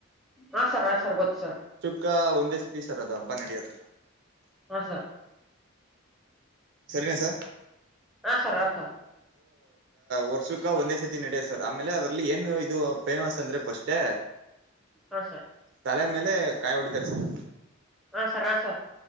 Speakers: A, in the centre; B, on the right.
A: ಹಾ ಸರ್ ಆ ಸರ್ ಗೊತ್ತು ಸರ್
B: ಈಗ ಒಂದೇ ಸತಿ ಸರ್ ಅದು ಹಬ್ಬ ನಡಿಯೋದು
A: ಹಸ
B: ಸರಿನಾ ಸ
A: ಹಾ ಸರ್ ಹ ಸರ್
B: ವರ್ಷಕ್ಕ ಒಂದೇ ಸತಿ ನಡಿಯ ಸರ್ ಆಮೇಲೆ ಅದ್ರಲ್ಲಿ ಏನು ಇದು ಫೇಮಸ್ ಅಂದ್ರೆ ಪಫಸ್ೇ
A: ಹಾ ಸರ್
B: ತಲೆ ಮೇಲೆ ಕಾಯಿ ಹೊಡಿತಾರೆ ಸರ್
A: ಹ ಸರ್ ಹ ಸರ್